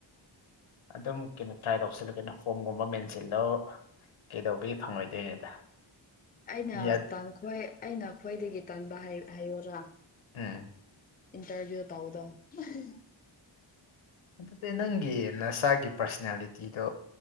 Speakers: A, on the left; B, on the left.
A: ꯑꯗꯨꯝ ꯀꯩꯅꯣ ꯇ꯭ꯔꯥꯏ ꯇꯧꯁꯤꯜꯂꯣ ꯀꯩꯅꯣ ꯐꯣꯝꯒꯨꯝꯕ ꯃꯦꯟꯁꯤꯜꯂꯣ ꯀꯩꯗꯧꯕꯒꯤ ꯐꯪꯉꯣꯏꯗꯣꯏꯅꯣꯗ
B: ꯑꯩ
A: ꯃꯤ ꯑꯠ
B: ꯇꯟꯈꯣꯏ ꯑꯩꯅ ꯈ꯭ꯋꯥꯏꯗꯒꯤ ꯇꯟꯕ ꯍꯥꯏ ꯍꯥꯏꯌꯨꯔꯥ
A: ꯎꯝ
B: ꯏꯟꯇꯔꯚ꯭ꯌꯨ ꯇꯧꯗꯣ <unintelligible>
A: ꯑꯗꯨꯗꯤ ꯅꯪꯒꯤ ꯅꯁꯥꯒꯤ ꯄꯥꯔꯁꯅꯦꯂꯤꯇꯤꯗꯣ